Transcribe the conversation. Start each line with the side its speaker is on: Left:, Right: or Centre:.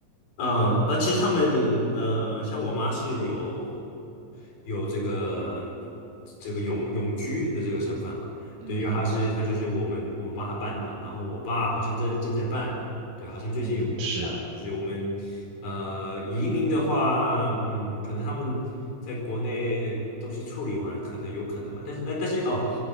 Left: 嗯，呃，其实他们呃，像我妈是有有这个这个永永居的这个身份了，
Right: 嗯哼，
Left: 对，因为她是她就是我们我们帮她办的嘛，然后我爸好像正正在办，对，好像最近有
Right: 嗯，是。
Left: 就是我们呃移民的话，嗯，可能他们在国内东西处理完，可能有可能嘛，但是那但是哦。